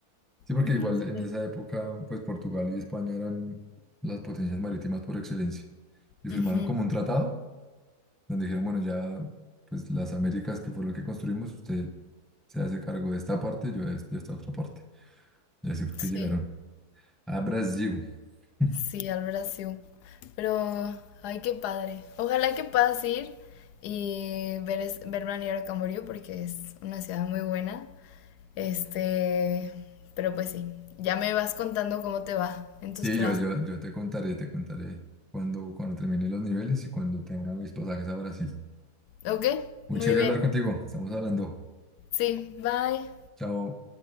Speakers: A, in the centre; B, on the left.
A: Sí, porque
B: No
A: igual
B: sé.
A: en esa época, pues Portugal y España eran las potencias marítimas por excelencia. Y firmaron
B: Ujú,
A: como un tratado donde dijeron, bueno, ya, pues las Américas, que fue lo que construimos, usted se hace cargo de esta parte y yo de este, de esta otra parte. Y así fue que
B: Sí.
A: llegaron a Brasil. <laughs>
B: Sí, al Brasil. Pero, ay, qué padre. Ojalá que puedas ir y ver, es- ver planear a Camboriú porque es una ciudad muy buena. Este, pero pues sí, ya me vas contando cómo te va en
A: Sí,
B: tus clases.
A: yo, yo, yo te contaré, te contaré cuando, cuando termine los niveles y cuando tenga mis pasajes a Brasil.
B: ¿Ok?
A: Muy
B: Muy
A: chévere
B: bien.
A: hablar contigo. Estamos hablando.
B: Sí, bye.
A: Chao.